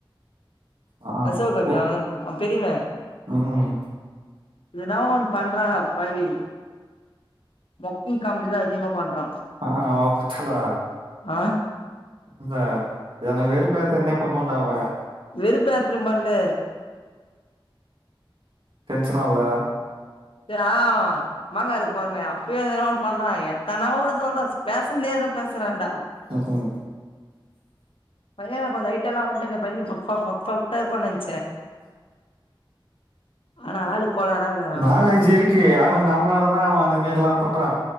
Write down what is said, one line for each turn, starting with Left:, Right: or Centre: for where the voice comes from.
Right: ஆ
Left: அசோக் அவ
Right: கூ-
Left: அவன் பெரியவ
Right: ம்
Left: இதனா ஒண்ணு பண்றான பாவி மொக்க காமடிலா தான் அதிகமா பண்றான்
Right: ஆஹா அவ அப்டிதாண்டா
Left: ஆ
Right: <unintelligible> என்ன வெறுப் பேத்துன்னே பண்ணுவ <inaudible>
Left: வெறுப்பேத்தரமல்ல
Right: டென்ஷன் ஆவுதா
Left: ஆ மாங்கா எடுக்க போறமே அப்பயே எதனா ஒன்னு பண்றா எ தெனவோட சொல்றா பேஸ் <unintelligible> நேர்ல பேசறாண்டா
Right: ம் ம்
Left: பைய கொஞ்ச ஐட்டலா வந்ட்டா இந்த பையன <unintelligible> ஆனா ஆளு கோளாரா இருக்குறான் என்னா
Right: நாலேஜ்
Left: பண்றது
Right: இருக்கு ஆனா நம்மளால தா அவ அந்த மேரிலா பண்றா